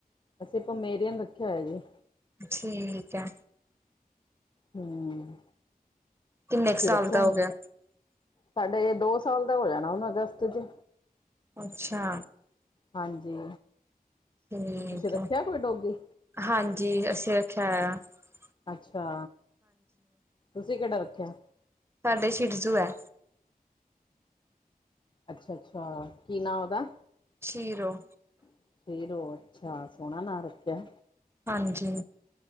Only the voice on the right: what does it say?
ਠੀਕ ਹੈ।
ਕਿੰਨੇ
ਕੁ ਸਾਲ
ਦਾ ਹੋ ਗਿਆ
ਅੱਛਾ,
ਠੀਕ
ਹੈ
ਹਾਂਜੀ, ਹੈ <unintelligible>
ਸਾਡੇ ਛਿਟਜੂ ਹੈ।
ਸ਼ੀਰੋ,
ਹਾਂਜੀ